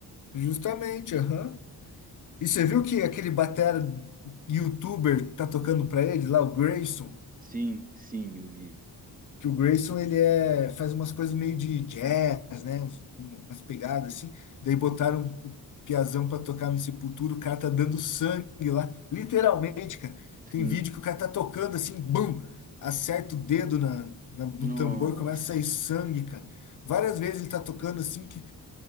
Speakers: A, on the left; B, on the right.
A: justamente, aham. E você viu que aquele batera youtuber tá tocando pra ele lá, o Grayson?
B: Sim, sim, eu vi.
A: que o Grayson ele é, faz umas coisas meio de jazz, né? Uns- Umas pegadas assim. Daí botaram o Piazão pra tocar no Sepultura, o cara tá dando sangue lá, literalmente, cara. Tem
B: Sim.
A: vídeo que o cara tá tocando assim, bum, acerta o dedo na, na- no
B: Nossa.
A: tambor, começa a sair sangue, cara. Várias vezes ele tá tocando assim, que